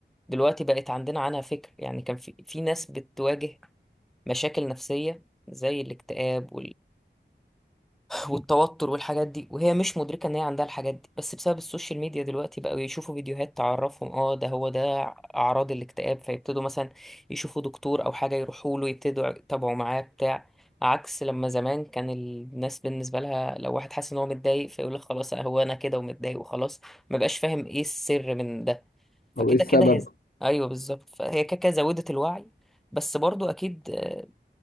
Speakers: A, in the centre; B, on the left.
A: دلوقتي بقت عندنا عنها فكر يعني كان في في ناس بتواجه مشاكل نفسية زي الاكتئاب والتوتر والحاجات دي وهي مش مدركة ان هي عندها الحاجات دي بس بسبب السوشيال ميديا دلوقتي بقوا يشوفوا فيديوهات تعرفهم اه ده هو ده اعراض الاكتئاب فيبتدوا مثلا يشوفوا دكتور او حاجة يروحوا له يبتدوا يتابعوا معاه بتاع عكس لما زمان كان الناس بالنسبة لها لو واحد حاسس ان هو متضايق فيقول لك خلاص هو انا كده ومتضايق وخلاص ما بقاش فاهم ايه السر من ده فكده
B: أو إيه السبب
A: كده هي ايوه بالظبط فهي كده كده زودت الوعي بس برضو اكيد آه،